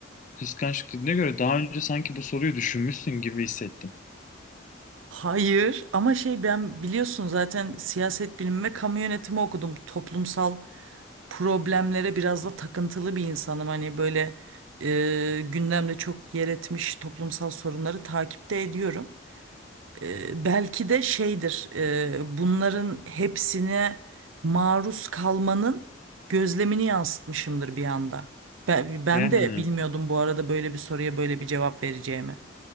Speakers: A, on the left; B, on the right.
A: kıskançlık dediğine göre daha önce sanki bu soruyu düşünmüşsün gibi hissettim.
B: Hayır ama şey ben biliyorsun zaten siyaset bilimi ve kamu yönetimi okudum. Toplumsal problemlere biraz da takıntılı bir insanım. Hani böyle e, gündemde çok yer etmiş toplumsal sorunları takipte ediyorum. E, belki de şeydir e, bunların hepsine maruz kalmanın gözlemini yansıtmışımdır bir anda. Ben, ben
A: Yani
B: de bilmiyordum bu arada böyle bir soruya böyle bir cevap vereceğimi.